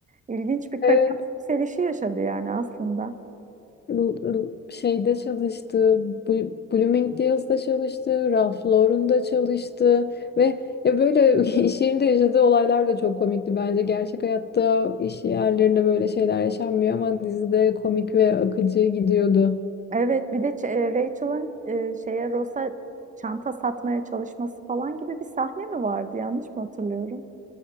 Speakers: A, on the right (about 25°); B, on the left (about 35°).
A: İlginç bir kariyer
B: Evet,
A: yükselişi yaşadı yani aslında.
B: L- L- şeyde çalıştı, Bu- Bloomingdale's'da çalıştı, Ralph Lauren'da çalıştı ve ya böyle <laughs> iş yerinde yaşadığı olaylar da çok komikti bence. Gerçek hayatta iş yerlerinde böyle şeyler yaşanmıyor ama dizide komik ve akıcı gidiyordu.
A: Evet, bir de Ç- e, Rachel'ın e, şeye Ross'a çanta satmaya çalışması falan gibi bir sahne mi vardı? Yanlış mı hatırlıyorum?